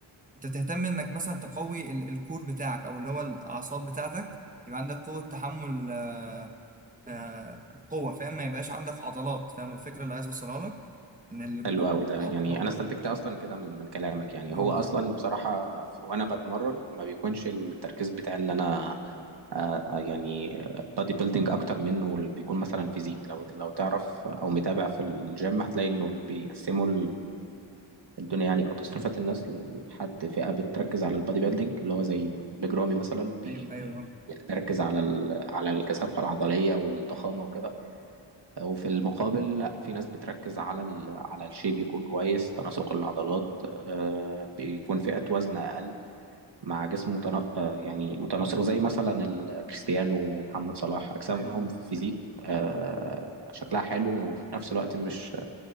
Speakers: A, on the right (about 15°); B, on the right (about 60°).
A: انت تهتم انك مثلا تقوي ال... الكور بتاعك او اللي هو الاعصاب بتاعتك يبقى عندك قوة تحمل آه، آه، قوة فاهم ما يبقاش عندك عضلات فاهم الفكرة اللي عايز اوصلها لك ان ال-
B: حلو قوي ده
A: العضلات
B: يعني
A: العضلات
B: انا استنتجت اصلا كده من من كلامك يعني
A: اه
B: هو
A: بالظبط
B: اصلا بصراحه ف- وانا بتمرن ما بيكونش التركيز بتاعي ان انا آه، آه، يعني بادي بيلدينج اكتر منه اللي بيكون مثلا فيزيك لو لو تعرف او متابع في الجيم هتلاقي انه اللي بيقسموا الدنيا يعني او تصنيفات الناس لحد فئه بتركز على البادي بيلدينج اللي هو زي بيج رامي مثلا بي-
A: ايوه ايوه أه.
B: يعني بيركز على ال... على الكثافه العضليه والضخامه وكده وفي المقابل لا في ناس بتركز على ال... على الشيب يكون كويس تناسق العضلات آه بيكون فئه وزن اقل مع جسم متنا... آه، يعني متناسق زي مثلا ال- كريستيانو ومحمد صلاح اجسامهم
A: ايوه
B: فيزيك آه، شكلها حلو وفي نفس الوقت مش